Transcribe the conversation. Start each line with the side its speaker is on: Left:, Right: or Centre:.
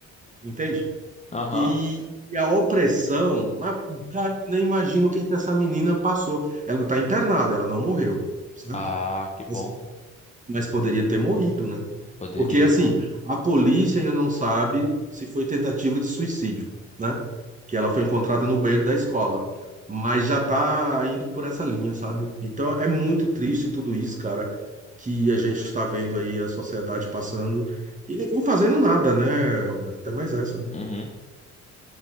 Right: entende?
Left: aham.
Right: E, e a opressão, mas, cara, eu nem imagino o que que essa menina passou. Ela está internada, ela não morreu, certo?
Left: Ah, que bom.
Right: Mas, mas poderia ter morrido, né?
Left: Poderia.
Right: Porque, assim, a polícia ainda não sabe se foi tentativa de suicídio, né? Que ela foi encontrada no banheiro da escola. Mas já tá indo por essa linha, sabe? Então é muito triste tudo isso, cara, que a gente está vendo aí a sociedade passando e ninguém fazendo nada, né, Roberto? Até mais essa, né?
Left: Uhum.